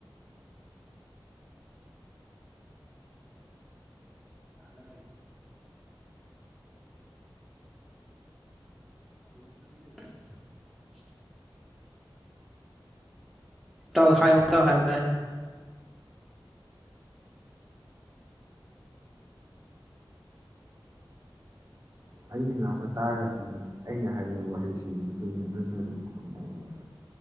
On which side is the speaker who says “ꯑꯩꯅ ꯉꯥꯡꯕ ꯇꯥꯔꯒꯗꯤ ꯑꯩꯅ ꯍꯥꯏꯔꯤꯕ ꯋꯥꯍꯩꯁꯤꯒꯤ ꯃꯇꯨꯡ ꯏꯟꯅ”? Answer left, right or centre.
Right